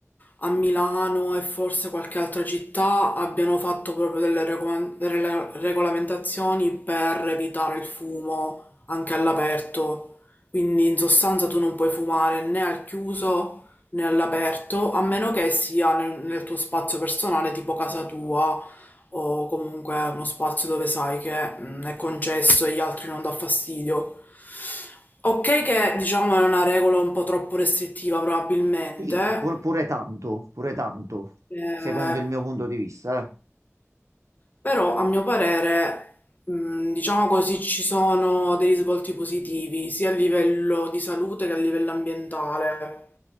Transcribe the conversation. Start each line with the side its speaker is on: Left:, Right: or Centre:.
Left: a Milano e forse qualche altra città abbiano fatto proprio delle recoma- delle regolamentazioni per evitare il fumo anche all'aperto. Quindi in sostanza tu non puoi fumare né al chiuso né all'aperto, a meno che sia nel, nel tuo spazio personale, tipo casa tua o comunque uno spazio dove sai che mm, è concesso e gli altri non dà fastidio. Ok che diciamo è una regola un po' troppo restrittiva probabilmente,
Right: Sì, pur- pure tanto, pure tanto,
Left: eh,
Right: secondo il mio punto di vista, eh.
Left: però a mio parere, mh, diciamo così, ci sono dei risvolti positivi sia a livello di salute che a livello ambientale.